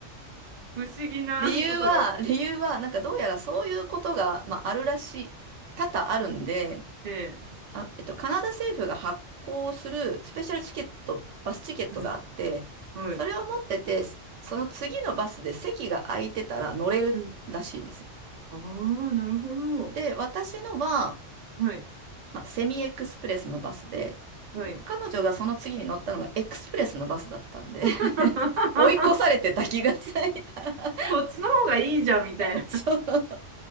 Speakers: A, on the right; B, on the right.
A: 不思議なことが起き
B: 理由は、理由は、なんかどうやらそういうことが、まあ、あるらしい、多々あるんで、
A: て。
B: あ、えっと、カナダ政府が発行するスペシャルチケット、バスチケットがあって、
A: うん。はい。
B: それを持ってて、その次のバスで席が空いてたら乗れるらしいんですよ。
A: うん。ああ、なるほど。
B: で、私のは、
A: はい。
B: まあ、セミエクスプレスのバスで、
A: はい。
B: 彼女がその次に乗ったのがエクスプレスのバスだったんで
A: <laughs>
B: <laughs> 追い越されてた気がついた。
A: そっちの方がいいじゃんみたいな。
B: <laughs> そう、